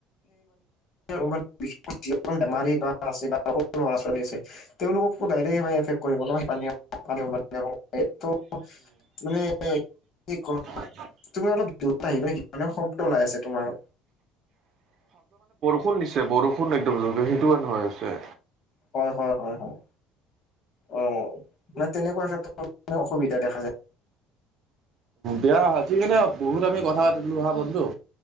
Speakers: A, on the left (about 45°); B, on the right (about 50°).
A: সেই বেমাৰী বা আছে বা সৰু ল'ৰা-ছোৱালী আছে তেওঁলোককো আফেক কৰিব ন' সই পানীয়ে। <unintelligible>
B: <unintelligible>
A: তুমি অলপত দৰত আহিবা নেকি মানে শব্দ ওলাই আছে তোমাৰ।
B: বু নিছে বৰষুণ একদম সেইটোৱে কাৰণে হৈ আছে।
A: হয়, হয়, হয়, হয়, অ', মানে তেনেকুৱা ক্ষেত্ৰতে অসুবিধা দেখা যায়।
B: দিয়া আজি কাৰণে বহুত আমি কথা পাতিলোহা বন্ধু।